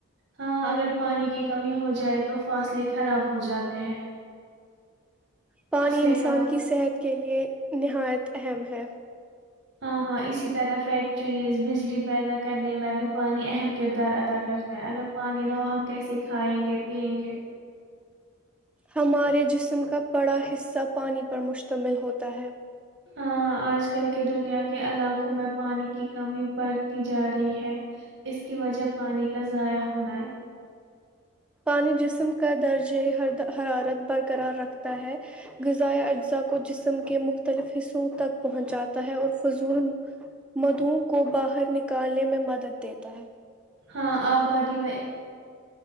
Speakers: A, on the right; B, in the centre.
A: ہاں اگر پانی کی کمی ہو جائے تو فاصلے خراب ہو جاتے ہیں
B: پانی
A: فصلیں
B: انسان
A: خراب
B: کی صحت کے لیے نہایت اہم ہے اچھا <unintelligible>
A: ہاں ہاں اسی طرح فیکٹریز بجلی پیدا کرنے میں بھی پانی اہم کردار ادا کرتا ہے اگر پانی نہ ہو ہم کیسے کھائیں گے پیئیں گے
B: ہمارے جسم کا بڑا حصہ پانی پر مشتمل ہوتا ہے
A: ہاں آج کل کے دنیا کے علاقوں میں پانی کی کمی بڑھتی جا رہی ہے اس کی وجہ پانی کا ضائع ہونا ہے
B: پانی جسم کے کا درجہر حرارت برقرار رکھتا ہے غذائے اجزاء کو جسم کے مختلف حصوں تک پہنچاتا ہے اور فضول مدھو کو باہر نکالنے میں مدد دیتا ہے
A: ہاں ابادی